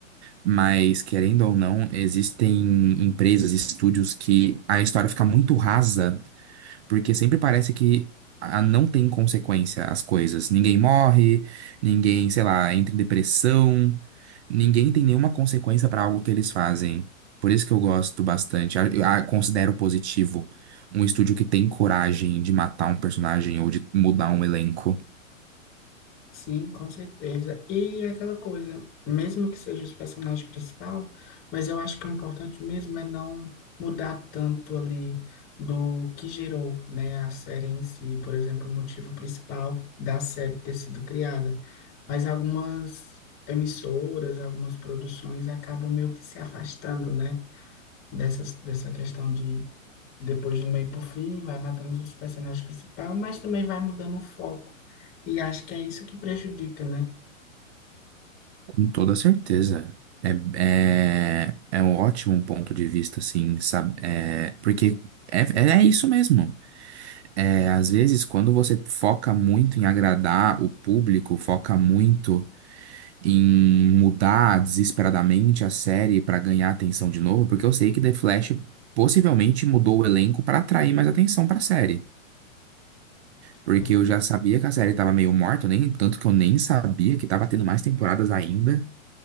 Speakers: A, on the right; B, on the left.
A: Mas, querendo ou não, existem empresas, estúdios que a história fica muito rasa Porque sempre parece que a- não tem consequência as coisas. Ninguém morre, ninguém, sei lá, entra em depressão, ninguém tem nenhuma consequência para algo que eles fazem. Por isso que eu gosto bastante. A- eu a- considero positivo um estúdio que tem coragem de matar um personagem ou de mudar um elenco.
B: Sim, com certeza. E aquela coisa, mesmo que seja os personagens principal, mas eu acho que o importante mesmo é não mudar tanto ali do que gerou, né, a série em si, por exemplo, o motivo principal da série ter sido criada. Mas algumas emissoras, algumas produções acabam meio que se afastando, né, dessas, dessa questão de depois do meio pro fim, vai matando os personagens principais, mas também vai mudando o foco. E acho que é isso que prejudica, né?
A: Com toda certeza. É, é, é um ótimo ponto de vista, assim, sabe? É, porque é, é é isso mesmo. É, às vezes, quando você foca muito em agradar o público, foca muito em mudar desesperadamente a série para ganhar atenção de novo, porque eu sei que The Flash possivelmente mudou o elenco para atrair mais atenção para a série. Porque
B: É,
A: eu já sabia que a série estava meio morta, eu nem, tanto que eu nem sabia que estava tendo mais temporadas ainda.